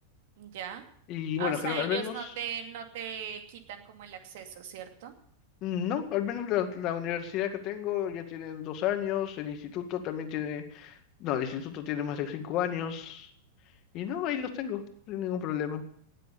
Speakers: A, on the right (about 65°); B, on the left (about 45°).
A: ¿ya?
B: Y
A: Ah,
B: bueno,
A: O sea,
B: gener- al
A: ellos
B: menos.
A: no te, no te quitan como el acceso, ¿cierto?
B: No, al menos la, la universidad que tengo ya tiene dos años, el instituto también tiene, no, el instituto tiene más de cinco años, y no, ahí los tengo, sin ningún problema.